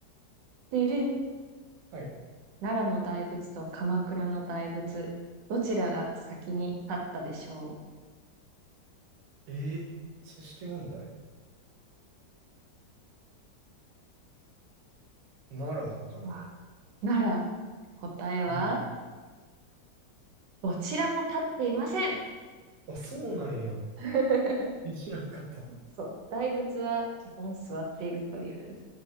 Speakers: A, on the right; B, on the right.
A: ででん。
B: はい。
A: 奈良の大仏と鎌倉の大仏、どちらが先に立ったでしょ
B: えー知識問題ならかな。
A: う。わあ奈良、答えは、
B: うん。
A: どちらも立っていません。
B: あ、そうなんや。
A: <laughs>
B: え知らんかった。
A: そう。大仏は基本座っているという。